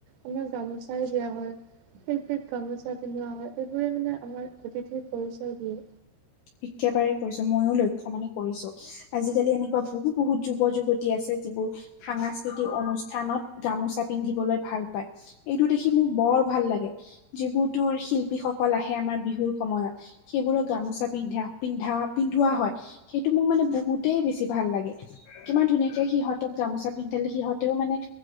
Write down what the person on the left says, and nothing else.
একেবাৰে কৰিছো ময়ো লক্ষ্য মানে কৰিছো। আজিকালি এনেকুৱা বহুত বহুত যুৱ-যুৱতী আছে যিবোৰ সাংস্কৃতিক অনুষ্ঠানত গামোচা পিন্ধিবলৈ ভাল পায়। এইটো দেখি মোৰ বৰ ভাল লাগে। যিবোৰ তৰ শিল্পীসকল আহে আমাৰ বিহুৰ সময়ত সেইবোৰৰ গামোচা পিন্ধা, পিন্ধা পিন্ধোৱা হয়। সেইটো মোৰ মানে বহুতেই বেছি ভাল লাগে। কিমান ধুনীয়াকে সিহঁতক গামোচা পিন্ধালে সিহঁতেও মানে